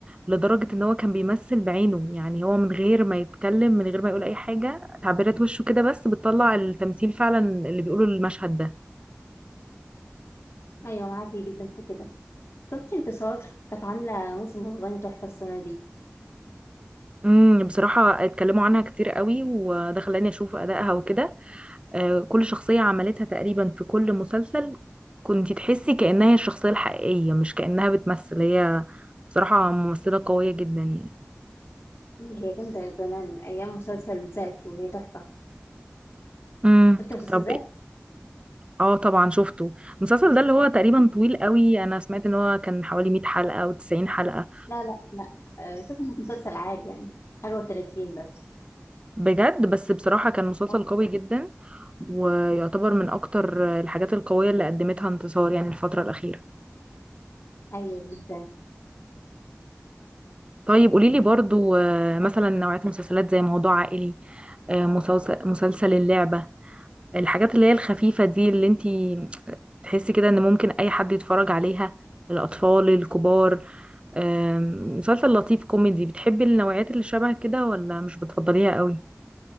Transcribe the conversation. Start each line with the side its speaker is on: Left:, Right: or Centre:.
Right: لدرجة إن هو كان بيمثل بعينه يعني هو من غير ما يتكلم من غير ما يقول أي حاجة تعبيرات وشه كده بس بتطلع التمثيل فعلا اللي بيقوله المشهد ده
Left: ايوه معاكي جدا في كده شفتي انتصار كانت عامله موسم رمضاني تحفه السنه دي
Right: امم بصراحة اتكلموا عنها كتير قوي وده خلاني أشوف أدائها وكده آه، كل شخصية عملتها تقريبا في كل مسلسل كنت تحسي كأنها هي الشخصية الحقيقية مش كأنها بتمثل هي بصراحة ممثلة قوية جدا يعني
Left: اللي هي كانت من زمان من ايام مسلسل ذات وهي تحفه
Right: امم
Left: شفتي مسلسل
Right: طب
Left: ذات
Right: اه طبعا شفته المسلسل ده اللي هو تقريبا طويل قوي انا سمعت ان هو كان حوالي 100 حلقة او 90 حلقة
Left: لا لا لا آه، مسلسل مسلسل عادي يعني حاجه و30 بس
Right: بجد بس بصراحة كان مسلسل
Left: اه
Right: قوي جدا ويعتبر من اكتر الحاجات القوية اللي قدمتها انتصار يعني الفترة الأخيرة
Left: ايوه جدا
Right: طيب قوليلي برضو آه، مثلا نوعية مسلسلات زي موضوع عائلي آه، مسلسل مسلسل اللعبة الحاجات اللي هي الخفيفة دي اللي انتي تحسي كده ان ممكن اي حد يتفرج عليها الأطفال الكبار آم، مسلسل لطيف كوميدي بتحبي النوعيات اللي شبه كده ولا مش بتفضليها قوي